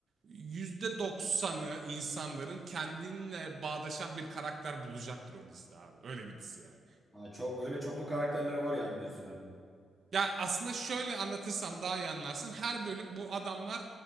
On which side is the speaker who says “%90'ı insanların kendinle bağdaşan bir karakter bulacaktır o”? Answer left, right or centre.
Right